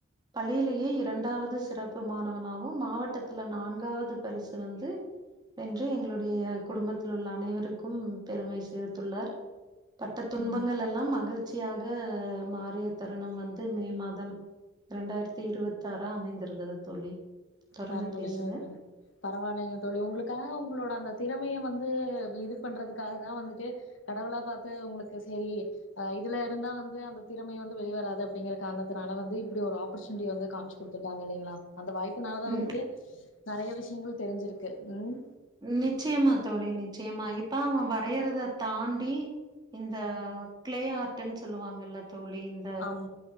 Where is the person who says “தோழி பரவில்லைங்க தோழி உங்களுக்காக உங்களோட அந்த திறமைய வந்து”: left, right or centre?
Left